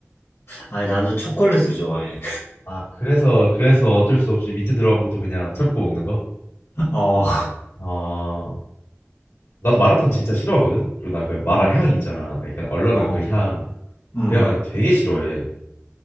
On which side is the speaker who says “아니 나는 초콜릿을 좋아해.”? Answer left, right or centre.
Left